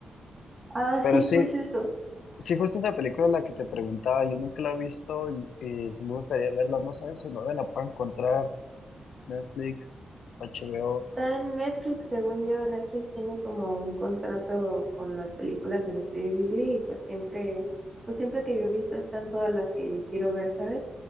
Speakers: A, on the right (about 20°); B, on the left (about 85°).
A: ah,
B: Pero
A: sí,
B: sí,
A: pues eso.
B: sí justo esa película de la que te preguntaba, yo nunca la he visto y, y sí me gustaría verla, no sé si no me la puedo encontrar, Netflix, HBO.
A: Está en Netflix, según yo, Netflix tiene como un contrato con las películas del estudio Ghibli y pues siempre, pues siempre que yo he visto están todas las que quiero ver, ¿sabes?